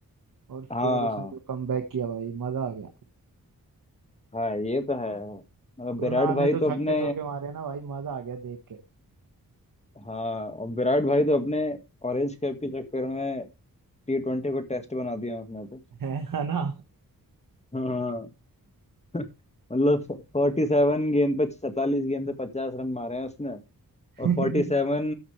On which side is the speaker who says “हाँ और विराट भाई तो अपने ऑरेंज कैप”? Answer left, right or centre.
Left